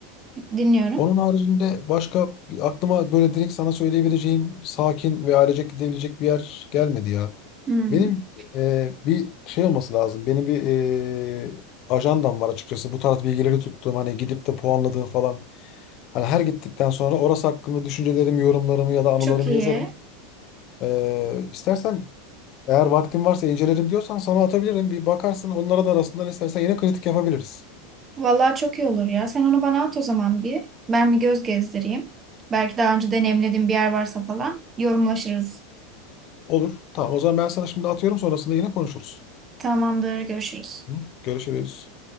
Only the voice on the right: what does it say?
dinliyorum.
Hmm.
Çok iyi.
Vallahi çok iyi olur ya. Sen onu bana at o zaman bir. Ben bir göz gezdireyim. Belki daha önce deneyimlediğim bir yer varsa falan yorumlaşırız.
Tamamdır, görüşürüz.